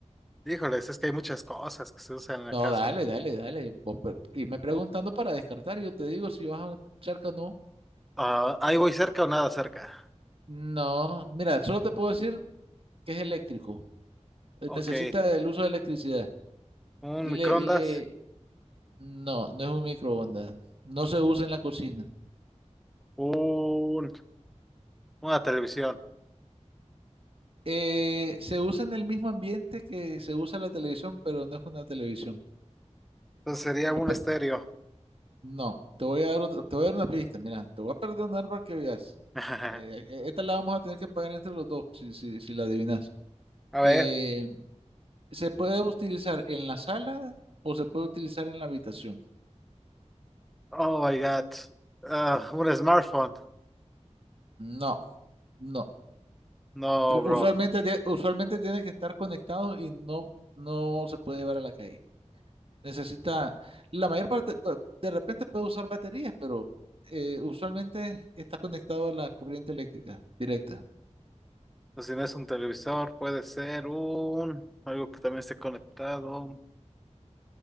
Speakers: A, in the centre; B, on the right.
A: Híjoles, es que hay muchas cosas que se usan en la
B: No,
A: casa.
B: dale, dale, dale. Vos pre- irme preguntando
A: Oh,
B: para descartar y yo te digo si vas a- cerca o no.
A: ah, ahí voy cerca o nada cerca.
B: No, mira, solo te puedo decir que es eléctrico. Eh,
A: Ok,
B: Necesita el uso de electricidad.
A: un
B: Y
A: microondas,
B: le, y le... No, no es un microondas. No se usa en la cocina.
A: un, una televisión.
B: Eh, se usa en el mismo ambiente que se usa la televisión, pero no es una televisión.
A: Entonces sería
B: Lo
A: un
B: pue-
A: estéreo.
B: No, te voy a dar otra- te voy a dar una pista. Mira, te voy a perdonar para que veas.
A: <laughs>
B: Eh,
A: A
B: e- esta la vamos a tener que pagar entre los dos si, si, si la adivinas.
A: ver.
B: Eh, ¿se puede utilizar en la sala o se puede utilizar en la habitación?
A: Oh my God. Ah, un smartphone.
B: No, no.
A: No, bro.
B: Usualmente, tie- usualmente tiene que estar conectado y no, no se puede llevar a la calle. Necesita, la mayor parte, pa- de repente puede usar baterías, pero eh, usualmente está conectado a la corriente eléctrica directa.
A: Pues si no es un televisor, puede ser un algo que también esté conectado.